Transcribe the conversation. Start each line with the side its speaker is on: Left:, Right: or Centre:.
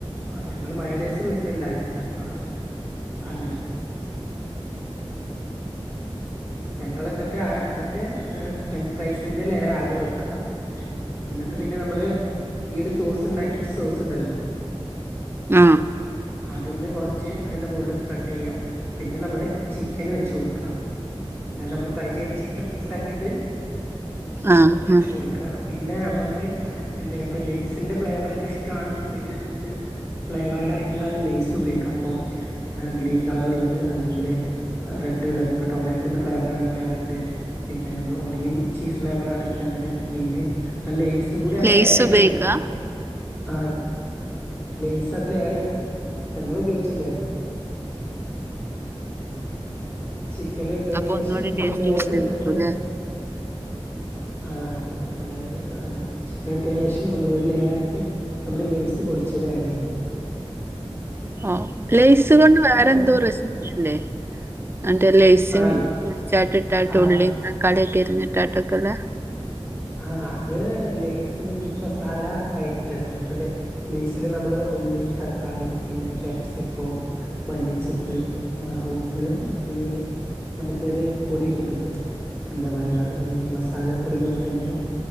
Left: ആ ഞങ്ങള് മയേണേസ് വീട്ട്‌ല്ണ്ടാ ഞാൻ പാർ അങ്ങനെ ഞങളന്ന്ട്ട് ആ ന്ന്ട്ട് <unintelligible> ഫ്രഞ്ച് ഫ്രൈസിന്റെ ലെയറാദ്യം വെക്കാ. ഇന്നിട്ട് പിന്നെ നമ്മള് ഈ ഒരു സോസ് ഇണ്ടാക്കിച്ച സോസ്ണ്ടല്ലോ
Right: ആ.
Left: ഇതന്ന് കൊറച്ച് അതിന്റെ മുകളില് സ്പ്രെഡ് ചെയ്യാ പിന്നെ നമ്മള് ചിക്കന് വെച്ച് കൊടുക്കാ അന്നേരം നമ്മള് ഫ്രൈ ചെയ്ത ചിക്കൻ പീസാക്കീട്ട് അ
Right: ആഹ്
Left: വെച്ച്
Right: ആഹ്
Left: കൊട്ക്കാ. പിന്നെ നമ്മക്ക് എന്താ ഇപ്പ ലേസിന്റെ ഫ്ലേവർ ഒക്കെ ഇഷ്ട്ടാണ്ന്ന്ണ്ടെങ്കില് നമ്മക്ക് ഫ്ലേവർ ദായ്ട്ട്ള്ള ലെയ്സ് ഉപയോഗിക്ക പ്പം എ ഗ്രീൻ കളറ്ള്ളത് അല്ലെങ്കില് <inaudible> റെഡ്ള്ളത് പ്പ ടൊമേ ന്റെ ഫ്ലേവറാണെങ്കില് റഡ് പിന്ന നമ്മുടെ ഒണിയൻ ചീസ് ഫ്ലേവറാണെങ്കിൽ അങ്ങനെ ഗ്രീന് അല്ലെയ്സ് കൂടി അതില്
Right: ലെയ്സ്
Left: ആഡ് ചെയ്യ്ന്ന്ണ്ട്
Right: ഉപയോഗിക്കാ
Left: ആഡ് ലെയ്‌സതിലേഡ്യ. ഞങ്ങളുപയോച്ച്ണ്ടായിര്ന്നു. <inaudible> ചിക്കന്ട്ടെയ്‌നേഷം
Right: അപ്പൊ ഒന്നുകൂടി
Left: പിന്നൊര്
Right: ടേസ്റ്റ്
Left: ലെയറ്
Right: കൂടുതലായിരിക്കുംല്ലേ
Left: നമ്മള് ആഹ് അതെ നമ്മള് ആഹ് ചിക്കൻ ഇട്ട ശേഷം നമ്മള് ഒരു ലെയർ ആയിട്ട് നമ്മള് ലെയ്സ് പൊടിച്ച് ച്ചെതാട്ചെയ്യാ
Right: ഓഹ് ലേയ്സ് കൊണ്ട് വേറെന്തോ
Left: നമ്മൾ
Right: റെസിപ്പി ഇണ്ടേയിനി എന്നിറ്റ് ഒര് ലേയ്സ്
Left: ആഹ്
Right: പൊടിച്ചാട്ടിട്ടാട്ട്
Left: ആഹ്
Right: ഉള്ളി തക്കാളിയൊക്കെ അരിഞ്ഞിട്ടാക്കെല്ലാ
Left: ആ അത് ലെസിന് വിത്ത് മസാല ടൈപ്പില് അതായത് ലേസില് നമ്മള് ഉള്ളി, തക്കാളി പിന്നെ കാപ്സിക്കോ, മല്ലിച്ചപ്പ് ആ ഉപ്പ് പിന്നെ ഈ നമുക്കൊരു പൊടി കിട്ടും എന്താ പറയാ ഈ മസാലപ്പൊടി പോല് തന്നെ,